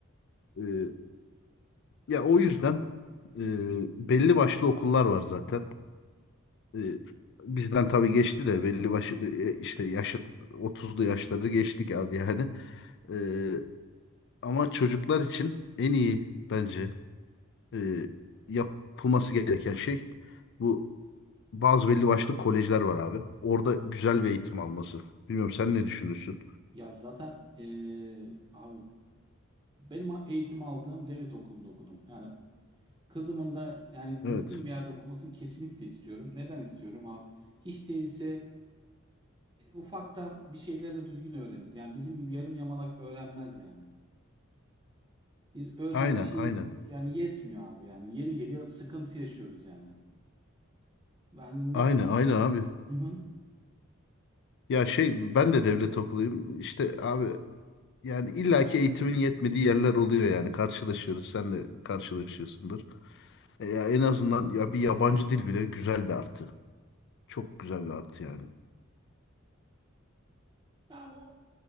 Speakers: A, on the left (about 55°); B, on the right (about 20°).
A: Ee, ya o yüzden e, belli başlı okullar var zaten. Ee, bizden tabii geçti de belli başlı e, işte yaşı 30'lu yaşları geçtik abi yani. Ee, ama çocuklar için en iyi bence e, yapılması gereken şey bu bazı belli başlı kolejler var abi. Orada güzel bir eğitim alması. Bilmiyorum sen ne düşünürsün?
B: Ya zaten eee, abi benim eğitim aldığım devlet okulunda okudum. Yani kızımın da yani
A: Evet.
B: düzgün bir yerde okumasını kesinlikle istiyorum. Neden istiyorum abi? Hiç değilse ufaktan bir şeyleri de düzgün öğrenir. Yani bizim gibi yarım yamalak öğrenmez yani. Biz öğrenmişiz
A: Aynen, aynen.
B: yani yetmiyor abi yani. Yeri geliyor sıkıntı yaşıyoruz yani. yani nasıl...
A: Aynen aynen abi.
B: Hı hı.
A: Ya şey ben de devlet okuluyum. İşte abi yani illaki eğitimin yetmediği yerler oluyor yani. Karşılaşıyoruz. Sen de karşılaşıyorsundur. E ya en azından ya bir yabancı dil bile güzel bir artı. Çok güzel bir artı yani.
B: Ya o